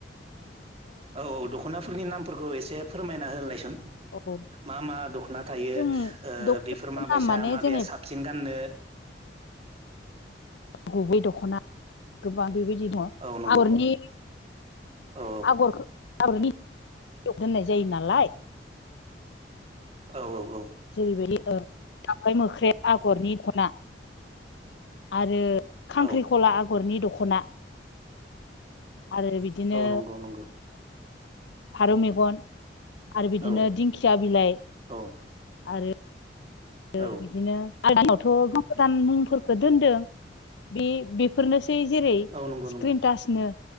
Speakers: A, on the right; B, on the left.
A: औ दख'नाफोरनि नामफोरखौ एसे फोरमायना होनलायसन
B: औ
A: मा मा दख'ना थायो
B: जों
A: ओ
B: दख'नानि
A: बेफोर माबायसा
B: नाम माने
A: माबेया
B: जेनेबा
A: साबसिन गाननो
B: गुबै दख'ना गोबां बेबायदि दङ
A: औ नंगौ
B: आगरनि
A: औ
B: आगरखौ आगरनि दोननाय जायो नालाय
A: औ औ औ
B: जेरैबायदि दाउराइ मोख्रेब आगरनि दखना आरो
A: औ
B: खांख्रिखला
A: औ
B: आगरनि दखना आरो बिदिनो
A: औ नंगौ नंगौ
B: फारौ मेगन आरो बिदिनो
A: औ
B: दिंखिया बिलाइ
A: औ
B: आरो ओ
A: औ
B: बिदिनो आलदानावथ' गोदान गोदान मुंफोरखौ दोनदों बे बेफोरनोसै जैरै
A: औ नंगौ
B: स्क्रिन
A: नंगौ
B: टासनो